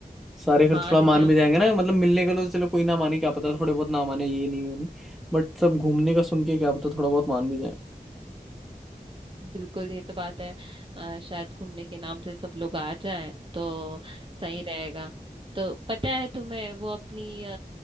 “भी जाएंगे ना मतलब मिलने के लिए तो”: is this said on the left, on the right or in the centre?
Centre